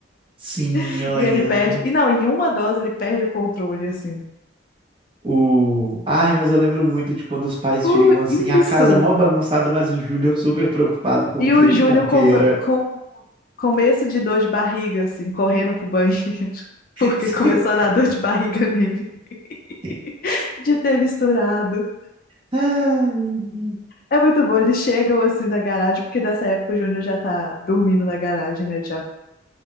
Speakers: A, on the right (about 25°); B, on the left (about 50°).
A: Sim,
B: <laughs>
A: eu lembro.
B: E ele perde, e não, em uma dose ele perde o controle, assim.
A: O... Ai, mas eu lembro muito de quando os pais
B: Oh,
A: chegam assim,
B: isso!
A: a casa é mó bagunçada, mas o Júnior super preocupado com
B: E
A: queijo
B: o Júnior
A: com pera.
B: come- Começo de dor de barriga, assim, correndo pro banheiro, <laughs>
A: <laughs>
B: porque começou a dar dor de barriga nele, <laughs>
A: Sim.
B: de ter misturado.
A: Ai, meu Deus.
B: É muito bom, eles chegam assim na garagem, porque nessa época o Júnior já tá dormindo na garagem, né? Ele Já